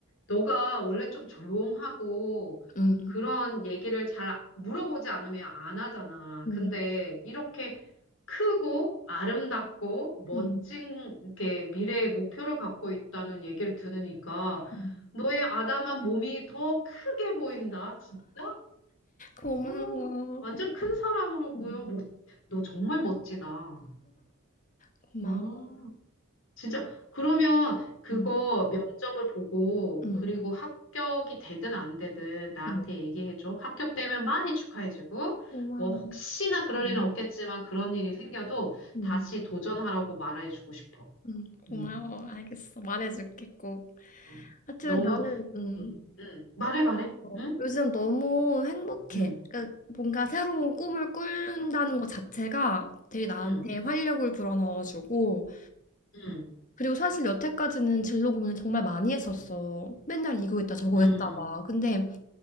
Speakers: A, on the left; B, on the left.
A: 너가 원래 좀 조용하고
B: 음,
A: 그런 얘기를 잘 물어보지 않으면 안 하잖아.
B: 음.
A: 근데 이렇게 크고 아름답고 멋진
B: 응.
A: 이렇게 미래의 목표를 갖고 있다는 얘기를 들으니까
B: 응.
A: 너의 아담한 몸이 더 크게 보인다. 진짜?
B: 고마워.
A: 어, 완전 큰 사람으로
B: 응.
A: 보여. 멋, 너 정말 멋지다.
B: 고마워.
A: 와, 진짜. 그러면 그거
B: 응.
A: 면접을 보고,
B: 응.
A: 그리고 합격이 되든 안 되든 나한테
B: 응.
A: 얘기해줘. 합격되면 많이 축하해주고,
B: 고마워.
A: 뭐, 혹시나 그럴
B: 응.
A: 일은 없겠지만 그런 일이 생겨도
B: 응.
A: 다시 도전하라고 말해주고 싶어.
B: 응. 고마워.
A: 음.
B: 알겠어. 말해줄게 꼭.
A: 어.
B: 하여튼
A: 너무,
B: 나는 음,
A: 음, 음. 말해, 말해.
B: 어,
A: 응?
B: 요즘 너무 행복해.
A: 응,
B: 그러니까 뭔가 새로운 꿈을 꾸는다는 것 자체가 되게 나한테
A: 응,
B: 활력을 불어넣어주고,
A: 응,
B: 그리고 사실 여태까지는 진로 고민을 정말 많이 했었어. 맨날 이거 했다 저거
A: 응.
B: 했다 막. 근데